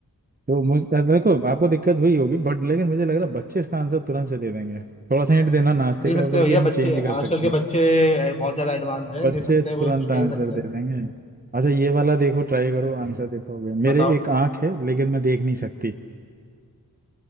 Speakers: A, on the right (about 25°); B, on the left (about 15°).
A: तो मुझ देखो आपको दिक्कत हुई होगी बट लेकिन मुझे लग रहा है बच्चे इसका आंसर तुरंत से दे देंगे थोड़ा सा हिंट देना नाश्ते
B: दे
A: का
B: सकते
A: और बल्कि
B: हैं भैया
A: हम
B: बच्चे
A: चेंज कर
B: आजकल
A: सकते
B: के
A: हैं
B: बच्चे ए- बहुत ज्यादा एडवांस हैं
A: बच्चे
B: दे सकते
A: तुरंत
B: हैं कोई कुछ कह
A: आंसर
B: नहीं सकते
A: दे
B: हैं।
A: देंगे अच्छा ये वाला देखो ट्राई करो आंसर दे पाओगे
B: बताओ
A: मेरे एक आंख है लेकिन मैं देख नहीं सकती